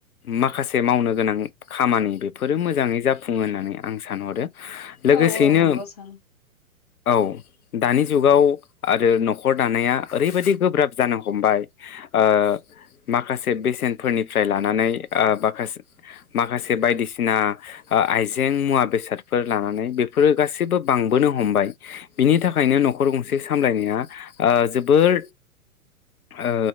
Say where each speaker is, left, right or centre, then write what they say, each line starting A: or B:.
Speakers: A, on the left; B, on the left.
A: माखासे मावनो गोनां खामानि बेफोरो मोजाङै जाफुङो होननानै आं सानहरो। लोगोसेयैनो
B: औ औ नोंगौ सां
A: औ दानि जुगाव आरो न'खर दानाया ओरैबायदि गोब्राब जानो हमबाय ओ माखासे बेसेनफोरनिफ्राय लानानै ओ बाखासे माखासे बायदिसिना ओ आइजें मुवा बेसादफोर लानानै बेफोरो गासिबो बांबोनो हमबाय बिनि थाखायनो न'खर गंसे सामलायनाया ओ जोबोर ओ